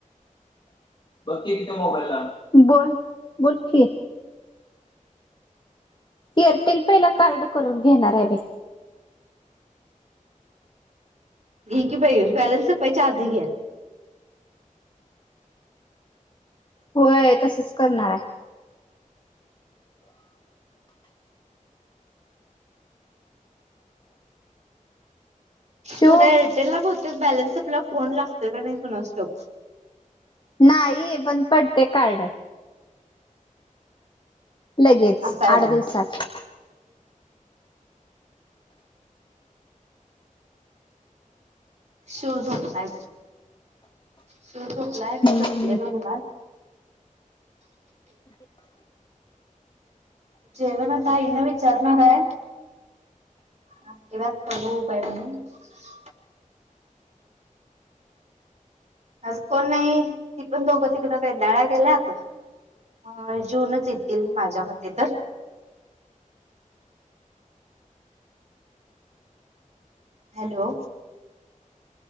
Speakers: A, on the left; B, on the right.
A: बघ की तीथ मोबाइला, बोल बोलकी. एअरटेल पेहला कार्ड करून घेणार आहे मी.
B: घे की बाई आणि बॅलन्स संपायच्या आधी घ्या.
A: होय, तसच करणार आहे. शिव
B: जरा या एअरटेल ला बहुतेक बॅलन्स संपल्यावर फोन लागतय का नाही कोणास ठाऊक?
A: नाही पण पडते कार्ड. लगेच
B: असं आहे
A: आठ
B: बघ
A: दिवसात.
B: मग. शिव झोपलाय, शिव झोपलाय मी
A: हम्म
B: बसलेले निवांत. जेवन आता आईना विचारणार आहे. अ ते वत होपय <unintelligible> आज कोण नाही ती पण दोघं तिकडे काही <unintelligible> डाळ्या गेल्यात. अ जेऊनच येतील माझ्या मते तर हॅलो,